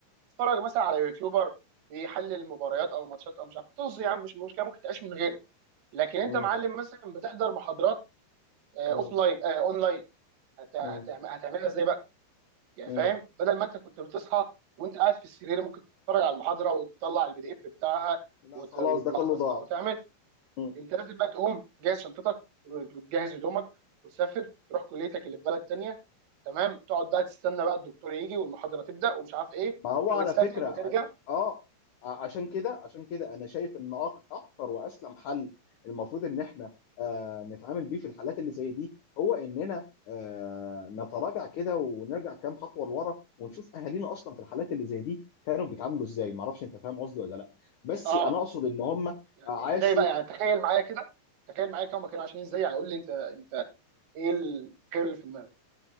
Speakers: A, on the right; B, on the left.
A: تتفرج مثلا على يوتيوبر بيحلل مباريات او ماتشات او مش عارف إيه. طز يا عم مش مشكله ممكن تعيش من غيره لكن انت
B: مم.
A: معلم مثلا بتحضر محاضرات اوف
B: مم.
A: لاين اون هت... هتعم-
B: مم.
A: هتعملها ازاي بقى يعني
B: مم.
A: فاهم بدل ما انت كنت بتصحى وانت قاعد في السرير ممكن تتفرج على المحاضره وتطلع البي دي اف بتاعها
B: لا
A: وت...
B: خلاص
A: وتلخصها
B: ده كله ضاع
A: وتعمل
B: مم.
A: انت لازم بقى تقوم تجهز شنطتك وتجهز هدومك وتسافر تروح كليتك اللي في بلد تانية تمام تقعد بقى تستنى بقى الدكتور يجي والمحاضره تبدا ومش عارف ايه
B: ما هو على
A: وتسافر
B: فكرة
A: وترجع
B: ع- اه ع- عشان كده عشان كده انا شايف ان أك- اكتر واسلم حل المفروض ان احنا آه نتعامل بيه في الحالات اللي زي دي هو اننا آه نتراجع كده ونرجع كام خطوة لورا ونشوف اهالينا اصلا في الحالات اللي زي دي كانوا بيتعاملوا ازاي ما اعرفش انت فاهم قصدي ولا لا بس
A: اه
B: انا اقصد ان هم
A: يعني
B: عاشوا
A: ازاي بقى يعني تخيل معايا كده تخيل معايا كده هما كانوا عشان ازاي يعني قول لي انت انت ايه التخيل اللي في دماغك